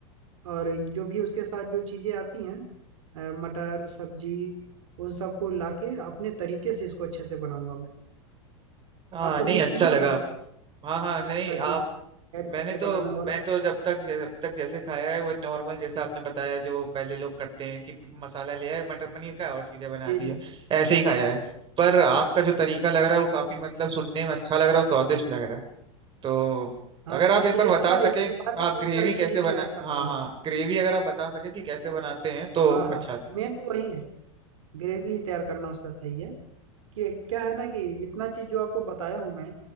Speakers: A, on the right; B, on the right.
A: और जो भी उसके साथ जो चीजें आती हैं अ, मटर सब्जी उन सबको लाके अपने तरीके से इसको अच्छे से बनाऊंगा मैं
B: हाँ
A: आप कभी
B: नहीं अच्छा
A: सुने हैं
B: लगा
A: मटर
B: हाँ हाँ नहीं
A: एक्स्ट्रा चीज
B: आप
A: ऐड
B: मैंने
A: करके
B: तो
A: बनाने वाला
B: मैं तो जब तक जब तक जैसे खाया है वो नॉर्मल जैसा आपने बताया जो पहले लोग करते हैं कि मसाला ले आए मटर पनीर का और सीधे बना
A: जी
B: दिया
A: जी
B: ऐसे ही खाया है पर आपका जो तरीका लग रहा है वो काफी मतलब सुनने में अच्छा लग रहा है और स्वादिष्ट लग रहा है तो
A: हाँ
B: अगर
A: तो
B: आप
A: इसके
B: एक बार
A: लिए
B: बता
A: पता
B: सके
A: है इसके बाद भी
B: आप
A: बहुत
B: ग्रेवी
A: सारा
B: कैसे
A: चीज इसमें
B: बना
A: ऐड करता
B: हाँ
A: हूँ
B: हाँ
A: मैं
B: ग्रेवी अगर आप बता सके कि कैसे बनाते हैं तो
A: हाँ
B: अच्छा
A: हाँ मेन तो वही है ग्रेवी ही तैयार करना उसका सही है कि क्या है ना कि इतना चीज जो आपको बताया हूँ मैं अ,